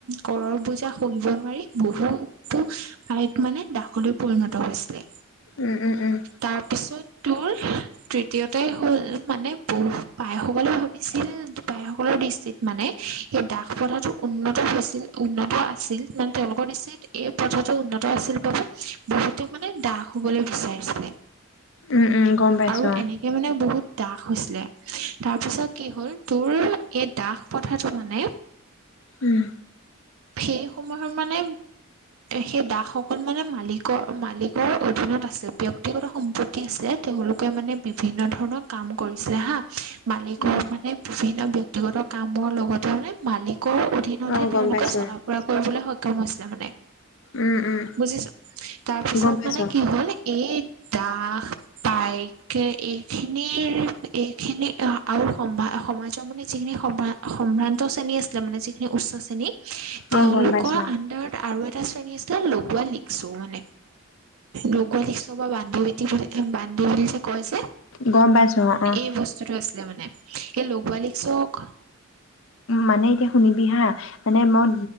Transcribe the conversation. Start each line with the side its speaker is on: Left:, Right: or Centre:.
Right: কৰৰ বোজা সহিব নোৱাৰি বহুতো ঠাইত মানে দাসলৈ পৰিণত হৈছিলে।
Left: উম উম উম
Right: তাৰ পিছত তোৰ তৃতীয়তে হ'ল মানে বহু পায়সকলে ভাবিছিল পায়সকলৰ দৃষ্টিত মানে এই দাস প্ৰথাটো উন্নত হৈছিল উন্নত আছিল মানে তেওঁলোকৰ দৃষ্টিত এই প্ৰথাটো উন্নত আছিল বাবে বহুতে মানে দাস। শুবলৈ বিচাৰিছিলে,
Left: উম উম গম পাইছো
Right: আৰু
Left: অ
Right: এনেকে মানে বহুত দাস হৈছিলে তাৰপিছত কি হ'ল তোৰ এই দাস প্ৰথাটো মানে
Left: উম।
Right: সেই সময়ত মানে সেই দাস সকল মানে মালিকৰ মালিকৰ অধীনত আছিল ব্যক্তিগত সম্পত্তি আছিলে তেওঁলোকে মানে বিভিন্ন ধৰণৰ কাম কৰিছিলে হা মালিকৰ
Left: উম
Right: মানে এ ব্যক্তিগত কামৰ লগতে মানে মালিকৰ, মতে
Left: অ গম
Right: তেওঁলোকে
Left: পাইছো
Right: চলা ফুৰা কৰিবলৈ সক্ষম হৈছিল লে মানে।
Left: উম উম
Right: বুজিছোঁ তাৰ পিছত
Left: গম পাইছো
Right: মানে কি হ'ল এই দাস পাইকে এইখিনিৰ এইখিনি আৰু সম্ভা সমাজৰ মানে যিখিনি সম সম্ভ্ৰান্ত শ্ৰেণী আছিলে মানে যি উচ্চ শ্ৰেণী তেওঁলোকৰ
Left: অ গম পাইছো
Right: আণ্ডাৰত আৰু এ এটা শ্ৰেণী আছিলে লগোৱা লিকচৌ মানে লগোৱা লিকচৌ বা বান্দি বেটি বুলি বান্দি বুলি কয় যে
Left: গম পাইছো অঁ অঁ
Right: এই বস্তুটো আছিলে মানে এই লগুৱা লিকচৌক
Left: মানে এতিয়া শুনিবি হা মানে মই